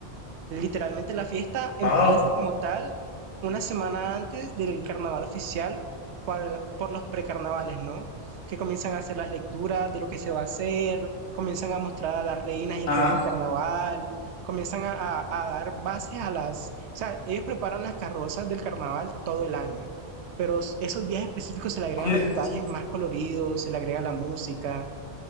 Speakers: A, on the right; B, on the left.
A: Literalmente la fiesta empieza
B: wow.
A: como tal una semana antes del carnaval oficial para el- por los precarnavales, ¿no? Que comienzan a hacer las lecturas de lo que se va a hacer, comienzan a mostrar a las reinas y el
B: Ah.
A: rey del carnaval, comienzan a, a- a dar bases a las... O sea, ellos preparan las carrozas del carnaval todo el año, pero s- esos días específicos se le agregan
B: Oye,
A: los detalles más coloridos, se le agrega la música.